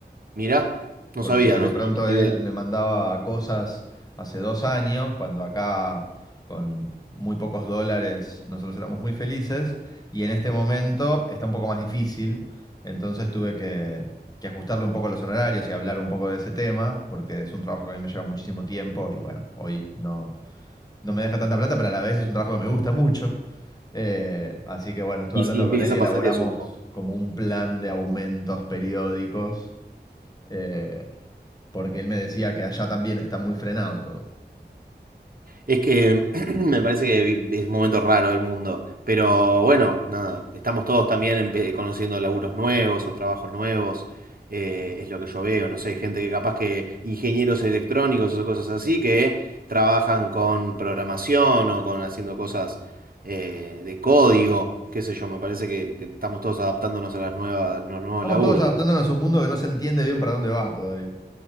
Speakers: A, on the right; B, on the left.
A: Mirá, no
B: Porque
A: sabía,
B: de
A: no,
B: pronto
A: no tenía
B: él
A: idea.
B: me mandaba cosas hace dos años, cuando acá con muy pocos dólares nosotros éramos muy felices, y en este momento está un poco más difícil. Entonces tuve que, que ajustarle un poco los honorarios y hablar un poco de ese tema, porque es un trabajo que a mí me lleva muchísimo tiempo y bueno, hoy no, no me deja tanta plata, pero a la vez es un trabajo que me gusta mucho. Eh, así que bueno, estuve
A: Y
B: hablando
A: sí, empieza
B: con él y
A: a
B: elaboramos
A: pasar eso.
B: como un plan de aumentos periódicos, eh, porque él me decía que allá también está muy frenado todo.
A: Es que <clears throat> me parece que vi- es un momento raro del mundo, pero bueno, nada, estamos todos también empe- conociendo laburos nuevos o trabajos nuevos, eh, es lo que yo veo, no sé, gente que capaz que ingenieros electrónicos o cosas así que trabajan con programación o con haciendo cosas eh, de código, qué sé yo, me parece que, que estamos todos adaptándonos a las nuevas, a los nuevos
B: Estamos
A: laburos.
B: todos adaptándonos a un mundo que no se entiende bien para dónde va todavía.